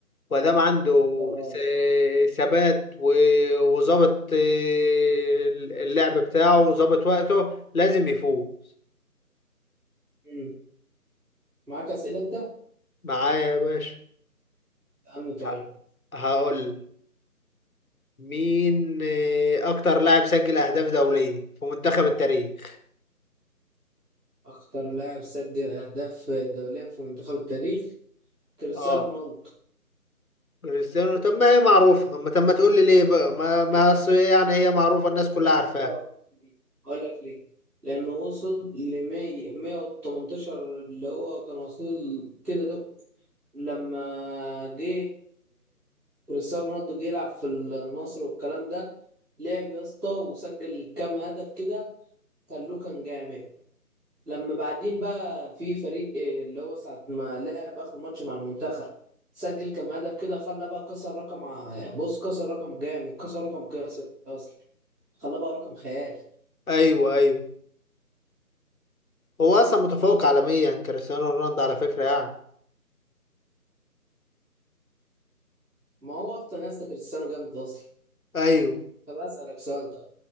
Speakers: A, on the left; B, on the right.
A: وده ما عنده
B: بالظبط.
A: س- ثبات و- وظبط آه، اللعب بتاعه وظبط وقته لازم يفوز
B: مم. معاك اسئله انت
A: معايا يا باشا
B: عني طيب
A: ه- هقول مين آه، اكتر لاعب سجل اهداف دولية في منتخب التاريخ
B: اكتر لاعب سجل اهداف دوليا في منتخب التاريخ كريستيانو
A: اه
B: رونالدو
A: كريستيانو طب ما هي معروفة ما طب ما تقول لي ليه بقى ما ما أصل يعني هي معروفة الناس كلها
B: ليه بقى
A: عارفاها
B: يا اسطى؟ اقول لك ليه اقول لك ليه لانه وصل ل 100 118 اللي هو كان وصل كده ده لما جه كريستيانو رونالدو جه يلعب في النصر والكلام ده لعب يا اسطى وسجل كام هدف كده خلوه كان جامد لما بعدين بقى في فريق إيه اللي هو ساعة ما لعب آخر ماتش مع المنتخب سجل كام هدف كده خلى بقى كسر رقم ع- بص كسر رقم جامد كسر رقم قياسي أصلا خلى بقى رقم خيال
A: ايوه ايوه هو اصلا متفوق عالميا كريستيانو رونالدو على فكرة يعني
B: ما هو أصلا يا اسطى كريستيانو جامد أصلا
A: ايوه
B: طب أسألك سؤال طيب.